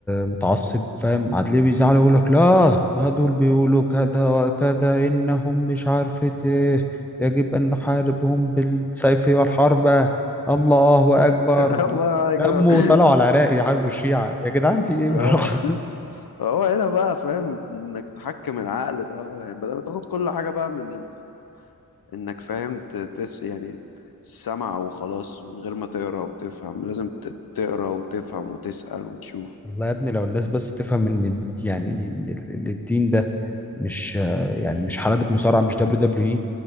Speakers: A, in the centre; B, on the left.
A: متعصب فاهم هتلاقيه بيزعل ويقول لك لا ده دول بيقولوا كذا وكذا انهم مش عارفة ايه يجب ان نحاربهم بالسيف والحرب الله اكبر
B: <laughs>
A: والناس
B: الله اكبر
A: اتلموا وطلعوا على العراق يحاربوا الشيعة يا جدعان في ايه
B: آه،
A: بالراحة
B: هو هنا بقى فاهم انك تحكم العقل ده هو يعني بدل ما تاخد كل حاجة بقى من ال... انك فاهم ت- تس يعني السمع وخلاص من غير ما تقرا وتفهم لازم ت- تقرا وتفهم وتسأل وتشوف
A: <laughs> والله يا ابني لو الناس بس تفهم ان الد- يعني ال- ال- الدين ده مش يعني مش حلبة مصارعة مش دبليو دبليو اي